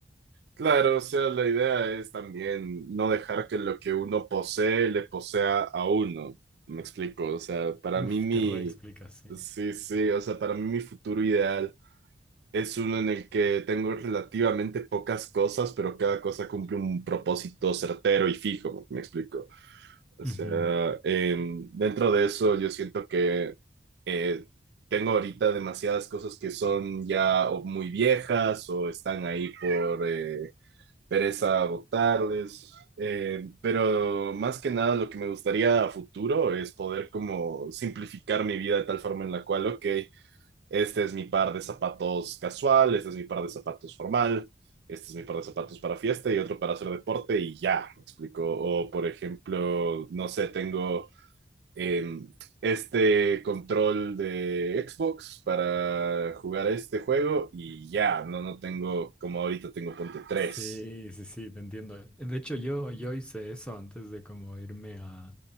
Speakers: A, on the right (about 65°); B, in the centre.
A: Claro, o sea, la idea es también no dejar que lo que uno posee le posea a uno. Me explico, o sea, para
B: Uf,
A: mí mi,
B: te reexplicas, sí.
A: sí, sí, o sea, para mí mi futuro ideal es uno en el que tengo relativamente pocas cosas, pero cada cosa cumple un propósito certero y fijo. Me explico. O sea,
B: Ujú.
A: em, dentro de eso yo siento que eh, tengo ahorita demasiadas cosas que son ya o muy viejas o están ahí por... eh, pereza votarles, eh, pero más que nada lo que me gustaría a futuro es poder como simplificar mi vida de tal forma en la cual, ok, este es mi par de zapatos casual, este es mi par de zapatos formal, este es mi par de zapatos para fiesta y otro para hacer deporte y ya, me explico. O por ejemplo, no sé, tengo em, este control de Xbox para jugar este juego y ya, no, no tengo, como ahorita tengo ponte tres.
B: Sí, sí, sí, te entiendo. De hecho, yo, yo hice eso antes de como irme a,